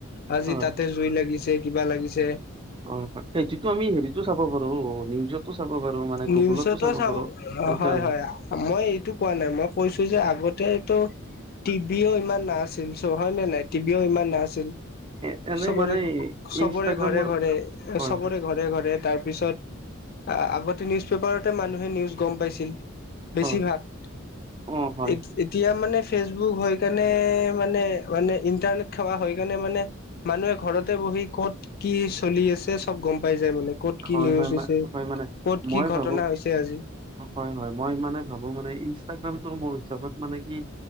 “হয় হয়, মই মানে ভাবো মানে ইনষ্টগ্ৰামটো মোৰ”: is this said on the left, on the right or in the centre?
Right